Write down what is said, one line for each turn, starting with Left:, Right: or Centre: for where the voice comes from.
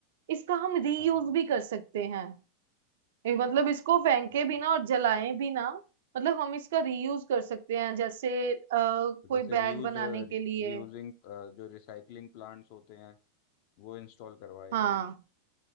Right: इसका हम रीयूज
Left: हाँ
Right: भी कर सकते हैं ये मतलब इसको फेंके
Left: जगह।
Right: भी ना और जलाएं भी ना मतलब हम इसका रीयूज कर सकते हैं जैसे अ, कोई
Left: तो जैसे
Right: बैग
Left: रीयूज
Right: बनाने
Left: रीयूजिंग
Right: के लिए
Left: जो रिसाइकलिंग प्लांट्स होते हैं वो इंस्टॉल करवाए
Right: हाँ
Left: जाएं